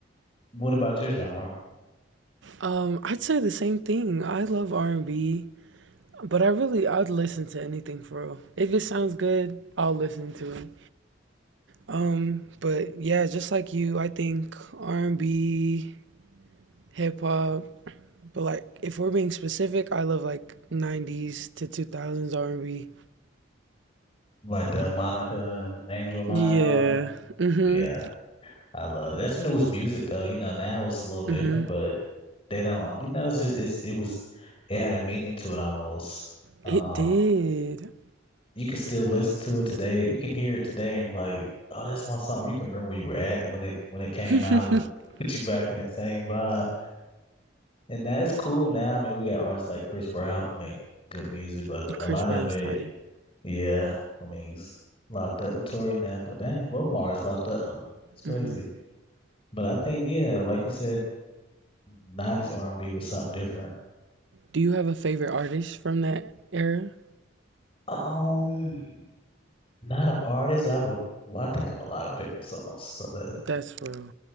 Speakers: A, on the left (about 25°); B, on the right (about 65°).
A: what about your genre?
B: Um, I'd say the same thing. I love R and B, but I really I'd listen to anything for real. If it sounds good, I'll listen to it. Um, but yeah, just like you, I think R and B, hip hop. But like, if we're being specific, I love like '90s to 2000s R and B.
A: Like the Monica and Angel of
B: Yeah.
A: Mine and all that?
B: Mhm.
A: Yeah, I love it. That's when it was music though. You know, now it's a little different,
B: Mhm.
A: but they don't, you know, it's just it's it was it had a meaning to it almost. Um,
B: It did.
A: you can still listen to it today. You can hear it today and be like, oh, that's my song. You can remember where you were at when it when it came
B: <laughs>
A: out. It just <laughs> put you back in that same vibe. And now it's cool now. I mean, we got artists like Chris Brown who make good music, but
B: Chris
A: a lot
B: Brown's
A: of it,
B: tight.
A: yeah. I mean, he's locked up with Tory now, but dang, both my artists locked up. It's crazy.
B: Mhm.
A: But I think, yeah, like you said, 90s R&B was something different.
B: Do you have a favorite artist from that era?
A: Um, not an artist. I have a, well, I think I have a lot of favorite songs. So that,
B: That's real.